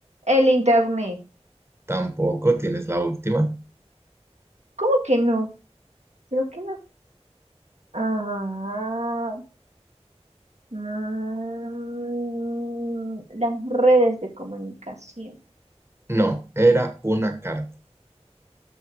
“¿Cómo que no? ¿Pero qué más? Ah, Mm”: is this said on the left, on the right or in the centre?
Right